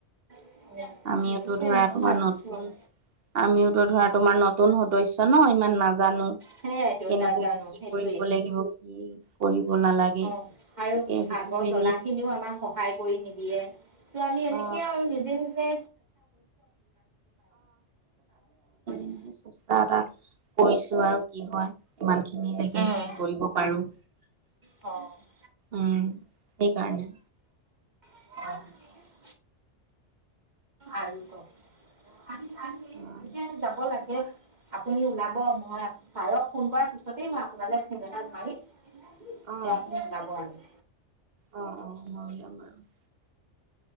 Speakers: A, on the right (about 35°); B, on the right (about 55°).
A: সেইটোকে
B: আমিওতো ধৰা
A: ময়ো
B: তোমাৰ
A: ভাবিছো
B: নতুন
A: আৰু
B: আমিওতো ধৰা তোমাৰ নতুন সদস্য় ন, ইমান নাজানো। কেনেকুৱা
A: সেইয়াইতো নাজানো
B: কি
A: সেইটোৱে
B: কৰিব লাগিব কি কৰিব নালাগে
A: অ, আৰু
B: তাকে সুধি
A: আগৰ
B: মেলি
A: জনা খিনিও আমাৰ সহায় কৰি নিদিয়ে ত' আমি এনেকে
B: অ
A: আৰু নিজে, নিজে
B: <unintelligible>
A: <inaudible>
B: এটা, এটা কৰিছো আৰু কি হয় ইমান খিনি লাগে
A: উম
B: কি কৰিব পাৰো।
A: অ'।
B: উম, সেইকাৰণে।
A: <unintelligible> আৰু ক আৰু
B: উম।
A: যাব লাগে আপুনি ওলাব মই পাৰক ফোন কৰাৰ পিছতেই মই আপোনালে ফেম এটা ভাৰিম দতিয়া
B: অ
A: আপুনি ওলাব আৰু
B: অ', অ', সোমাৰ যাম আৰু।